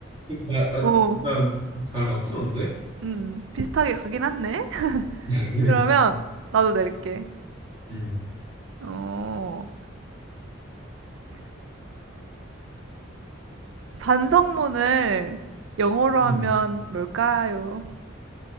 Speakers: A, on the right; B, on the right.
A: 잘, 아,
B: <laughs> 오.
A: 약간 잘 맞추는데?
B: 음, 비슷하게 가긴 했네.
A: <laughs>
B: 그러면 나도 낼게.
A: 음,
B: 어, 반성문을 영어로
A: 음.
B: 하면 뭘까요?